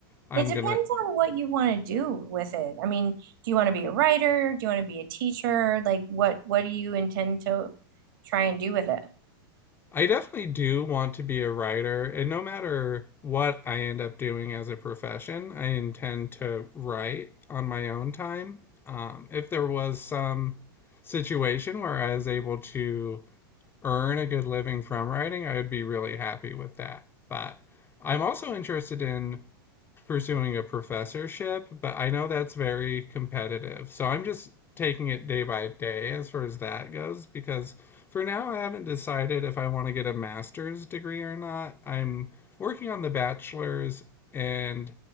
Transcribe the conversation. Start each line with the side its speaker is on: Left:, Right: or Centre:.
Left: I'm
Right: It depends
Left: gonna
Right: on what you want to do with it. I mean, do you want to be a writer? Do you want to be a teacher? Like what what do you intend to try and do with it?
Left: I definitely do want to be a writer, and no matter what I end up doing as a profession, I intend to write on my own time. Um, if there was some situation where I was able to earn a good living from writing, I would be really happy with that. But I'm also interested in pursuing a professorship, but I know that's very competitive. So I'm just taking it day by day as far as that goes because for now I haven't decided if I want to get a master's degree or not. I'm working on the bachelor's and